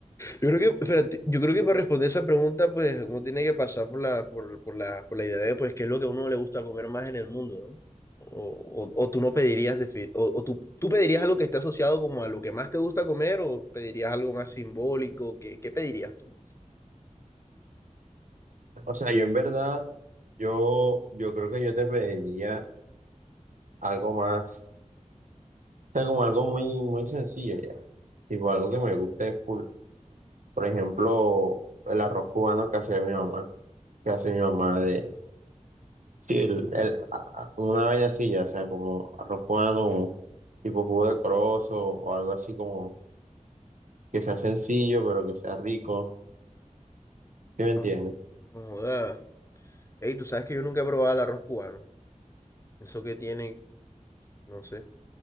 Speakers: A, on the left; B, on the right.
A: Yo creo que, espérate, yo creo que para responder esa pregunta, pues uno tiene que pasar por la, por, por la, por la idea de, pues, qué es lo que a uno le gusta comer más en el mundo, ¿no? O, o- o tú no pedirías, defi- o, o tú, tú pedirías algo que esté asociado como a lo que más te gusta comer, o pedirías algo más simbólico, ¿qué, qué pedirías tú?
B: O sea, yo en verdad, yo, yo creo que yo te pediría algo más, o sea, como algo muy, muy sencillo ya, tipo algo que me guste full. Por ejemplo, el arroz cubano que hacía mi mamá, que hace mi mamá de, sí, el, el- a- a- una vaina así ya, o sea, como arroz cubano, como tipo jugo de corozo o algo así como que sea sencillo, pero que sea rico. ¿Sí me entiendes?
A: No, no joda. Ey, tú sabes que yo nunca he probado el arroz cubano. Eso que tiene, no sé.